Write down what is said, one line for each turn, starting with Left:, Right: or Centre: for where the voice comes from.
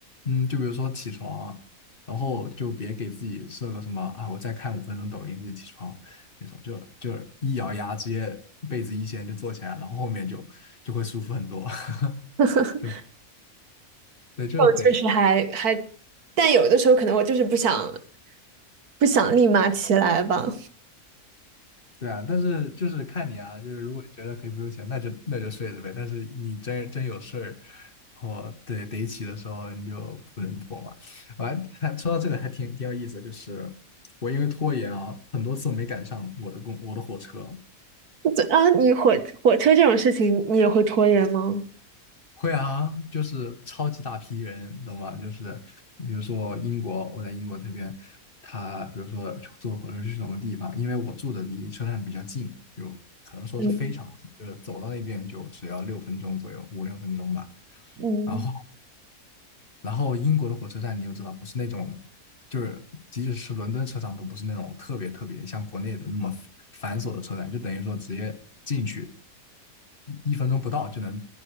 Left: 嗯，就比如说起床啊，然后就别给自己设个什么啊，我再看五分钟抖音就起床那种，就就一咬牙直接被子一掀就坐起来，然后后面就就会舒服很多。<laughs>
Right: <laughs>
Left: 就对，就得
Right: 我确实还还，但有的时候可能我就是不想不想立马起来吧。
Left: 对啊，但是就是看你啊，就是如果觉得可以不用钱，那就那就睡着呗。但是你真真有事儿，或对得起的时候，你就不能拖嘛。我还还说到这个还挺挺有意思的就是我因为拖延啊，很多次没赶上我的公我的火车，
Right: 这啊，你火火车这种事情，你也会拖延吗？
Left: 会啊，就是超级大批人，懂吗？就是比如说英国，我在英国这边，他比如说坐火车去什么地方，因为我住的离车站比较近，有可能说是非常近，
Right: 嗯，
Left: 就是走到那边就只要六分钟左右，五六分钟吧。
Right: 嗯，
Left: 然后，然后英国的火车站你又知道，不是那种，就是即使是伦敦车站都不是那种特别特别像国内的那么繁繁琐的车站，就等于说直接去，一一分钟不到就能